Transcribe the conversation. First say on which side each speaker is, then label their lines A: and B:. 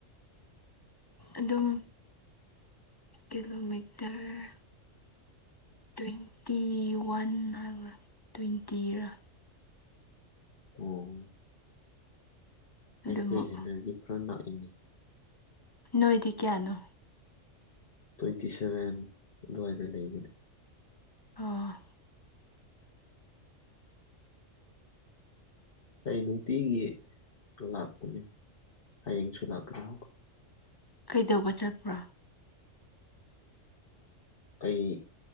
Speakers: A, on the left; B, on the left.
A: ꯑꯗꯨꯝ ꯀꯤꯂꯣꯃꯤꯇꯔ ꯇ꯭ꯋꯦꯟꯇꯤ ꯋꯥꯟ ꯍꯥꯏꯕ꯭ꯔꯥ ꯇ꯭ꯋꯦꯟꯇꯤꯔꯥ
B: ꯑꯣ ꯑꯩꯈꯣꯏ
A: ꯑꯗꯨꯃꯨꯛ
B: ꯍꯦꯟꯅꯗꯤ ꯈꯔ ꯂꯥꯛꯏꯅꯤ
A: ꯅꯣꯏꯗꯤ ꯀꯌꯥꯅꯣ
B: ꯇ꯭ꯋꯦꯟꯇꯤ ꯁꯚꯦꯟ ꯑꯗꯨꯋꯥꯏꯗ ꯂꯩꯒꯅꯤ
A: ꯑꯣ
B: ꯑꯩ ꯅꯨꯡꯇꯤꯒꯤ ꯂꯥꯛꯄꯅꯦ ꯍꯌꯦꯡꯁꯨ ꯂꯥꯛꯀꯅꯤ
A: ꯀꯩꯗꯧꯕ ꯆꯠꯄ꯭ꯔꯣ
B: ꯑꯩ